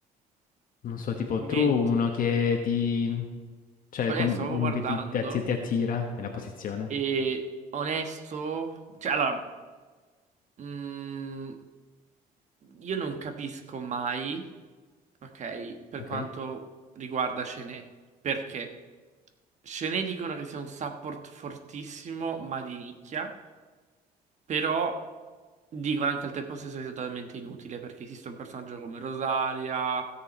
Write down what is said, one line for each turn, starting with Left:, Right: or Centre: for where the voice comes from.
Left: Non so, tipo
Right: Mentre
Left: tu, uno che ti... cioè
Right: Eh,
Left: com-
Right: stavo
Left: uno
Right: guardando
Left: che ti, ti, atti- ti attira nella posizione,
Right: e onesto, cioè allora, mm, io non capisco mai, ok, per
Left: ok?
Right: quanto riguarda Chené, perché Chené dicono che sia un support fortissimo, ma di nicchia, però dicono anche al tempo stesso che sia totalmente inutile perché esiste un personaggio come Rosaria,